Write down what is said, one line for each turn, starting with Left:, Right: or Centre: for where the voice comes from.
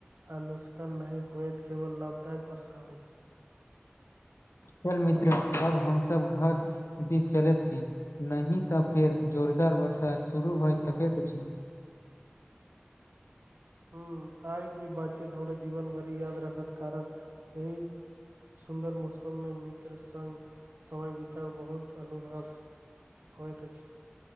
Right: आनुष्कान नै होयत केवल लाभदायक वर्षा होइ।
Left: चल मित्र अब हम सभ घर दिस चलैत छी। नहीं तऽ फेर जोरदार वर्षा शुरू भए सकैत अछी
Right: हु आइ की बातचत हमरा जीवन भरि याद रखत कारण एहि। सुन्दर मौसम में मित्र संग समय बितउ बहुत अनुभव होत अछी